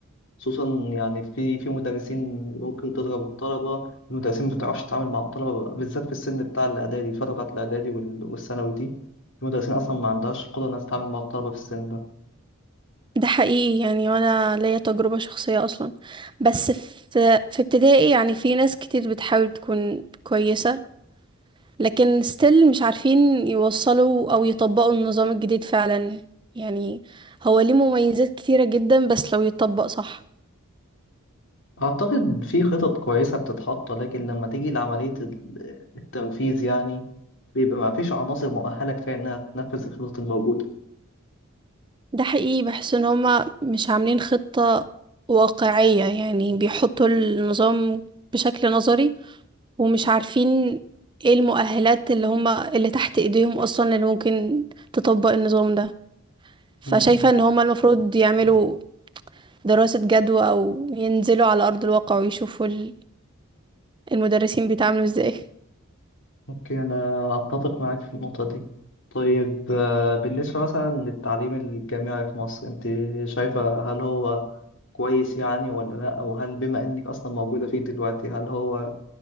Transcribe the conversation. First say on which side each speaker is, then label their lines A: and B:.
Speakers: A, on the left; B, on the right.
A: خصوصا يعني في في مدرسين ممكن تضرب الطلبة المدرسين ما بتعرفش تتعامل مع الطلبة بالذات في السن بتاع الاعدادي الفترة بتاعت الاعدادي وال- والثانوي دي في مدرسين اصلا ما عندهاش قدرة انها تتعامل مع الطلبة في السن ده
B: ده حقيقي يعني وانا ليا تجربة شخصية اصلا بس في في ابتدائي يعني في ناس كتير بتحاول تكون كويسة لكن ستيل مش عارفين يوصلوا او يطبقوا النظام الجديد فعلا يعني هو ليه مميزات كتيرة جدا بس لو يتطبق صح
A: اعتقد في خطط كويسة بتتحط لكن لما تيجي لعملية التنفيذ يعني بيبقى ما فيش عناصر مؤهلة كفاية انها تنفذ الخطط الموجودة
B: ده حقيقي بحس ان هما مش عاملين خطة واقعية يعني بيحطوا النظام بشكل نظري ومش عارفين ايه المؤهلات اللي هما اللي تحت ايديهم اصلا اللي ممكن تطبق النظام ده فشايفة
A: مم.
B: ان هما المفروض يعملوا دراسة جدوى او ينزلوا على ارض الواقع ويشوفوا ال- المدرسين بيتعاملوا ازاي
A: اوكي انا اتفق معاك في النقطة دي طيب آه، بالنسبة مثلا للتعليم الجامعي في مصر انت شايفة هل هو كويس يعني ولا لا او هل بما انك اصلا موجودة فيه دلوقتي هل هو